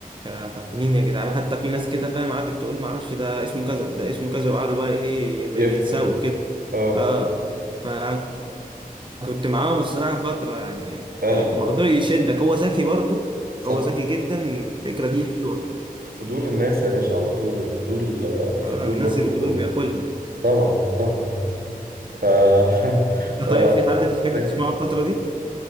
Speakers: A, on the right (about 30°); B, on the right (about 85°).
A: يا طب مين يا جدعان حتى في ناس كده فاهم قعدت تقول معرفش ده اسمه كذا ده اسمه كذا وقعدوا بقى ايه زي
B: يفتو
A: يتسابقوا كده
B: اه
A: اه آه. فكنت معاهم الصراحة فترة يعني
B: اه
A: الموضوع يشدك هو ذكي برضو
B: صح
A: هو ذكي جدا الفكرة دي حلوة
B: فضول الناس يا باشا على طول الفضول آه، الفضول
A: اه الناس
B: برضه
A: الفضول
B: موجود.
A: بياكلها
B: طبعا طبعا ف <laughs> هو
A: طيب في حد بتحب
B: ذكي
A: تسمعه الفترة دي؟